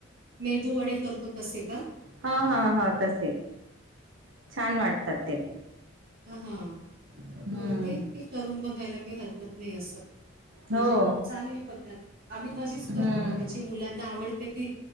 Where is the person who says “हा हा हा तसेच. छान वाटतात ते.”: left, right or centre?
Right